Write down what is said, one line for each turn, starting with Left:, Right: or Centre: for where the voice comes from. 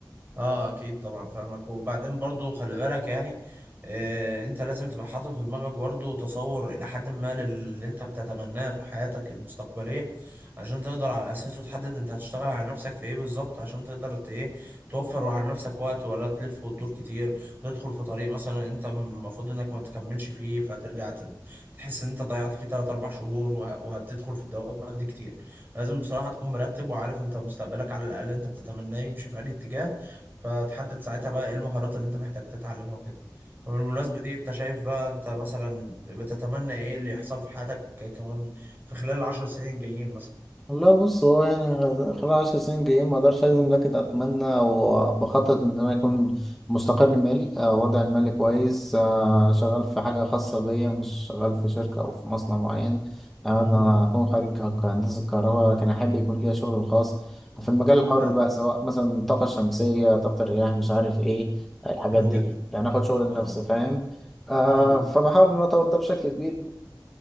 Right: اه اكيد طبعا فاهمك وبعدين برضو خلي بالك يعني آه انت لازم تبقى حاطط في دماغك برضو تصور الى حد ما اللي انت بتتمناه في حياتك المستقبلية عشان تقدر على اساسه تحدد انت هتشتغل على نفسك في ايه بالظبط عشان تقدر ت- ايه توفر على نفسك وقت ولا تلف وتدور كتير وتدخل في طريق مثلا انت المفروض انك ما تكملش فيه فترجع تت- تحس ان انت ضيعت فيه 3 4 شهور وه- وهتدخل في الدوامة دي كتير لازم بصراحة تكون مرتب وعارف انت مستقبلك على الاقل انت بتتمناه يمشي في انهي اتجاه فتحدد ساعتها بقى ايه المهارات اللي انت محتاج تتعلمها وكده مم. وبالمناسبة دي انت شايف بقى انت مثلا بتتمنى ايه اللي يحصل في حياتك كمان في خلال العشر سنين الجايين مثلا
Centre: والله بص هو يعني غز- خلال عشر سنين جايين ما اقدرش اجزم لكن اتمنى او بخطط ان انا اكون مستقر مالي آه، وضعي المالي كويس آه، شغال
Right: مم.
Centre: في حاجه خاصه بيا مش شغال في شركه او في مصنع معين آه، انا
Right: امم
Centre: هكون خريج ك- هندسه كهرباء لكن احب يكون ليا شغل الخاص في المجال الحر
Right: اه
Centre: بقى سواء مثلا الطاقه الشمسيه طاقه الرياح مش عارف ايه الحاجات
Right: حلو
Centre: دي
Right: جدا
Centre: يعني اخد شغل
Right: اه
Centre: لنفسي فاهم آه
Right: امم
Centre: فبحاول ان انا اطور ده بشكل كبير